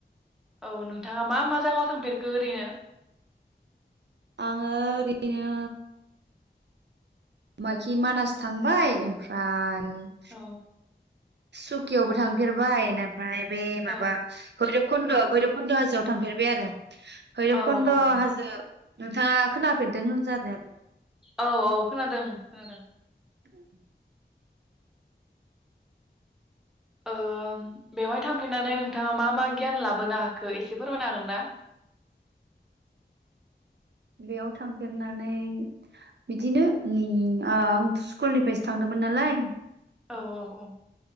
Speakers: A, in the centre; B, on the right (about 70°).
A: औ नोंथाङा मा मा जायगायाव थांफेरखो ओरैनो
B: आङो ओरैनो माखि मानास थांबाय ओमफ्राय <inaudible>
A: औ
B: सुकियावबो थांफेरबाय फ्राय बे माबा
A: औ
B: भैरब खुन्द भैरब पन्द हाजोआव थांफेरबाय आरो भैरब
A: औ
B: खन्द
A: औ औ
B: हाजो नोंथाङा खोनाफेरदों <unintelligible>
A: औ औ खोनादों खोनादों
B: औ
A: ओ बेवहाय थांफैनानै नोंथाङा मा मा गियान लाबोनो हाखो एसे फोरमायनो हागोन ना
B: बेयाव थांफेरनानै बिदिनो ओ आं स्कुलनिफ्रायसो थांदोंमोन नालाय
A: औ औ औ